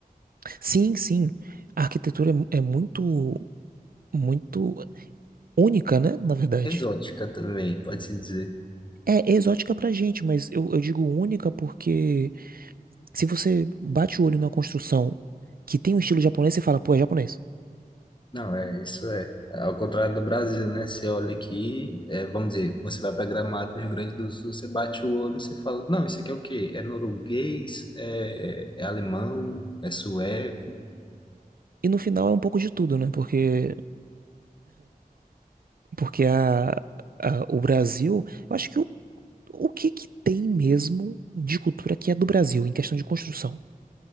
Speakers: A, on the right; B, on the left.
A: Sim, sim. A arquitetura é mu- é muito, muito única, né? Na verdade.
B: Exótica também, pode-se dizer.
A: É exótica pra gente, mas eu, eu digo única porque Se você bate o olho na construção que tem um estilo japonês, você fala, pô, é japonês.
B: Não, é isso é. Ao contrário do Brasil, né? Você olha aqui, é, vamos dizer, você vai para Gramado, no Rio Grande do Sul, você bate o olho e você fala, não, isso aqui é o quê? É norueguês? É, é alemão? É sueco?
A: E no final é um pouco de tudo, né? Porque, porque a, a- o Brasil, eu acho que o, o que que tem mesmo de cultura que é do Brasil em questão de construção?